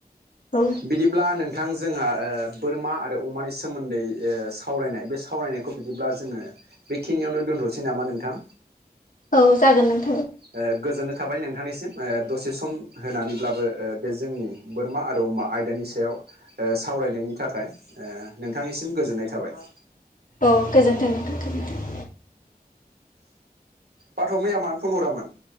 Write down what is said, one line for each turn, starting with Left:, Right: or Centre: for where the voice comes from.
Left: औ
Right: बिदिब्ला नों थां जोंहा ओ बोरमा आरो अमानि सोमोन्दै ओ सावरायनाय बे सावरायनायखौ बिदिब्ला जोङो बेखिनियावनो दोनथ'नोसै नामा नोंथां?
Left: औ जागोन नों
Right: ओ गोजोननाय थाबाय नोंथांनिसिम, ओ दसे सम होनानैब्लाबो ओ बे जोंनि बोरमा आरो अमा आयदानि सायाव ओ सावरायनायनि थाखाय ओ नोंथांनिसिम गोजोननाय थाबाय।
Left: औ गोजोनथों गोजोनथों।
Right: बाथौ मैया मानो फन हरामोन?